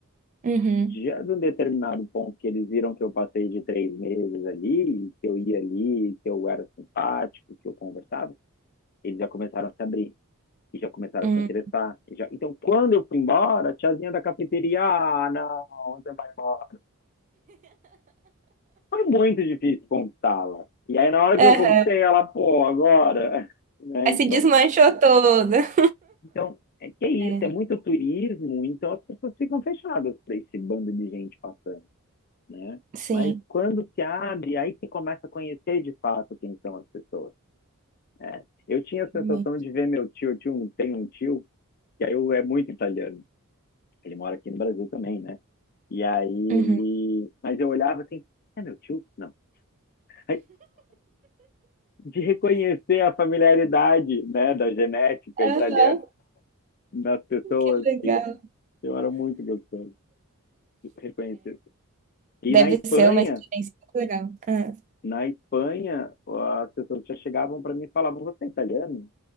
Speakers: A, on the right; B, on the left.
A: Uhum.
B: já de um determinado ponto que eles viram que eu passei de três meses ali, que eu ia ali, que eu era simpático, que eu conversava, eles já começaram a se abrir e já começaram
A: Uhum.
B: a se interessar. já- Então, quando eu fui embora, a tiazinha da cafeteria, ah, não, você vai embora. Foi muito difícil conquistá-la. E aí, na hora que
A: Aham.
B: eu conquistei ela, pô, agora, <laughs> né?
A: Aí
B: Então,
A: se desmanchou toda.
B: então é que é isso,
A: É,
B: é muito turismo, então as pessoas ficam fechadas para esse bando de gente passando. né?
A: sim,
B: Mas quando se abre, aí você começa a conhecer de fato quem são as pessoas. né? Eu tinha a sensação
A: realmente.
B: de ver meu tio, eu um, tem um tio, que aí eu- é muito italiano. Ele mora aqui no Brasil também, né? E aí ele.
A: Uhum.
B: Mas eu olhava assim, é meu tio? Não. Aí, de reconhecer a familiaridade, né, da genética italiana
A: Aham,
B: nas pessoas,
A: que legal.
B: e eu era muito gostoso de reconhecer. E
A: Deve
B: na Espanha,
A: ser uma experiência muito legal. Ah.
B: Na Espanha, as pessoas já chegavam para mim e falavam: Você é italiano?